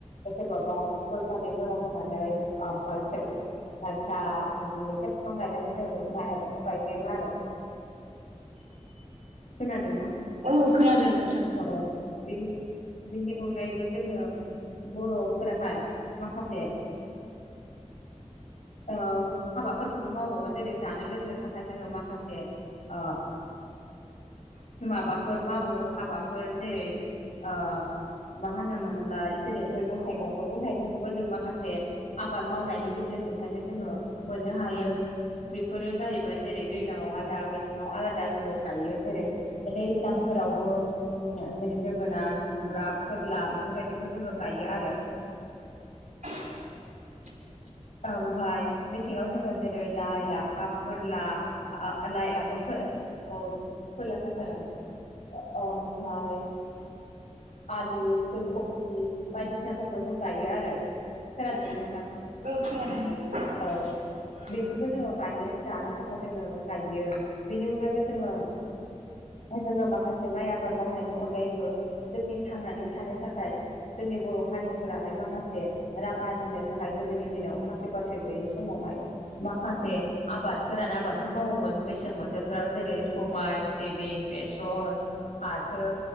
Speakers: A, on the left; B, on the right.
A: सोरबाबा गय फाथै जरा होनानै ओमफाय <unintelligible> आतसा मैथा बिफां गायनानै जों माइ आबखौ गायजेनो आरो। खोनादोंना?
B: औ खोनादों नोंथां
A: औ औ बेनि बेनि अनगायैबो जोंङो बर'फोराहाय माखासे ओ हाबाफोरखौबो मावबावो जेरै जानो लोंनो थाखाय जोंङो माखासे ओ
B: <inaudible>
A: माबाफोर मावो हाबाफोर जेरै ओ मा होनोमोनलाय जेरै मैगं थाइगं मैगं थाइगंखौबो जों माखासे आबाद मावनायनि गेजेरजोंहायनो जोंङो मोननो हायो बेफोरो जाहैबाय जेरै दैज्लांव आलादा मेसेङाव आलादा जोङो गायो जेरै दैज्लांफोरावबो उन जेरै जोगोनार, खुमब्रा, फोरला बेफोरबायदिखौ जोङो गायो आरो।
B: <inaudible>
A: ओमफाय मेसेंव जोङो जेरै लाइ, लाफा, फोरला ओ लाइ, लाफा, फोर औ फलासोहोफ्लांलाय ओमफाय आलु, फुलकफि बायदिसिनाफोरखौ जों गायो आरो। खोनादों
B: औ
A: ना नोंथां?
B: औ खोनादों।
A: औ
B: औ
A: बेफोरखौ जोङो गायनो जानो थाखाय जोङो गायो बेनि अनगायैबो जोङो जोंङो माखासे माइ आबाद मावनायनि अनगायैबो जोंनि थांनानै थानो थाखाय जोंनि बर' हारिफोराहाय माखासे रां आरजिनो थाखाय गोदोनि दिनाव साख्रि- बाख्रि गैयै समावहाय माखासे आबाद गोरान आबादफोर मावोमोन मेसें बोथोर। बोसोरफोराव जेरै- सबायाइ, सिबिं, बेसर,, फाथो